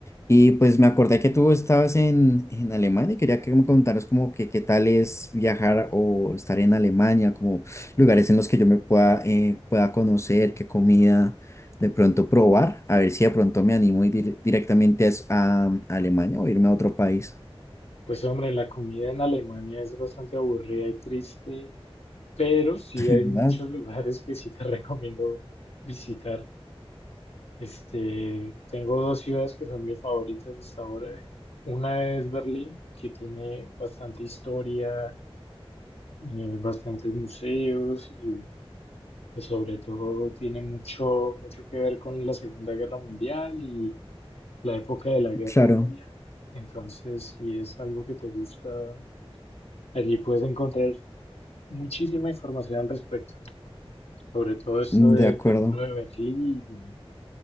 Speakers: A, on the left; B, on the left.
A: Y pues me acordé que tú estabas en, en Alemania y quería que me contaras como que qué tal es viajar o estar en Alemania, como lugares en los que yo me pueda, eh, pueda conocer, qué comida de pronto probar, a ver si de pronto me animo y ir dir- directamente a, a Alemania o irme a otro país.
B: Pues hombre, la comida en Alemania es bastante aburrida y triste, pero sí
A: <laughs>
B: hay muchos
A: ¿Verdad?
B: lugares que sí te <laughs> recomiendo visitar. Este, tengo dos ciudades que son mis favoritas hasta ahora. Una es Berlín, que tiene bastante historia, eh, bastantes museos y pues sobre todo tiene mucho, mucho que ver con la Segunda Guerra Mundial y la época de la Guerra
A: Claro.
B: Fría. Entonces, si es algo que te gusta, allí puedes encontrar muchísima información al respecto, sobre todo esto
A: Mm,
B: de-
A: De acuerdo.
B: del muro de Berlín y,